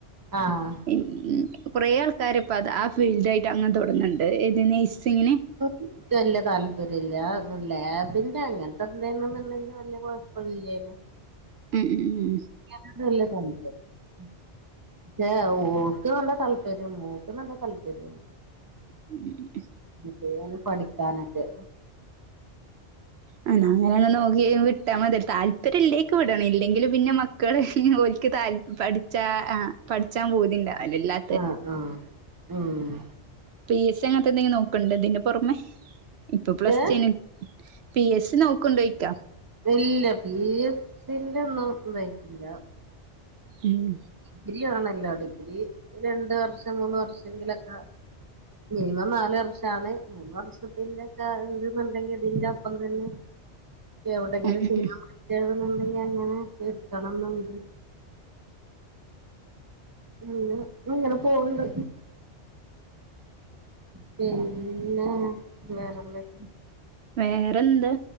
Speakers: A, on the right (about 20°); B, on the right (about 70°).
A: ആഹ്
B: ഉം കൊറേ ആൾക്കാര് ഇപ്പത ആ ഫീൽഡായിട്ടങ്ങനെ തൊടങ്ങ്ണ്ട് ഇത് നേഴ്സിങ്ങിന്
A: ഇൻക്ക് വല്യ താൽപര്യല്ല ലാബിന്റെ അങ്ങൻത്തെക്കെ എന്നുണ്ടെങ്കി വല്യ കൊഴപ്പല്ലേനും
B: ഉം ഉം ഉം
A: ഇക്ക് വല്ല്യ <unintelligible> പക്ഷേ ഓക്ക് നല്ല താല്പര്യം ഓക്ക് നല്ല താല്പര്യാന്ന്
B: ഉം
A: <unintelligible> പഠിക്കാനൊക്കെ
B: ആഹ് ഇന്നാ അങ്ങനൊന്ന് നോക്കി വിട്ടാ മതി താല്പര്യ ഇല്ലേക്ക് വിടണം അല്ലെങ്കി പിന്നെ മക്കള് ഓൽക്ക് താല്പ പഠിച്ച ആഹ് പഠിച്ചാം പൂതിണ്ടാവുല്ലാല എല്ലാ
A: ആഹ് ആഹ് ഉം
B: പി. എ. സി അങ്ങനെത്തെ എന്തെങ്കിലും നോക്കണ്ടോ ഇതിന്റെ പൊറമെ ഇപ്പൊ പ്ലസ്ടു
A: ഏ
B: കയ് പി എ സി നോക്ക്ണ്ടോയ്ക്കാ?
A: ഇല്ല പി എ സിന്റെ ഒന്നും ഇതായ്റ്റില്ല
B: ഉം
A: ഡിഗ്രിവാണല്ലോ ഡിഗ്രി രണ്ട് വർഷം മൂന്ന് വർഷങ്കിലൊക്കെ മിനിമം നാല് വർഷാണ് മൂന്ന് വർഷത്തിന്റെക്കെ ഇണ്ട്ന്ന് ഇണ്ടെങ്കില് ഇതിന്റൊപ്പം തന്നെ എവിടെങ്കിലും
B: ഉം ഉം
A: ചെയ്യാൻ
B: ഉം
A: പറ്റാണ്ന്ന്ണ്ടെങ്കി അങ്ങനെ എടുക്കണംന്ന്ണ്ട് പിന്നെ ഇങ്ങനെ പോന്ന്ണ്ട് പിന്നെ വേറെന്തൊക്കെ
B: വേറെന്ത്‌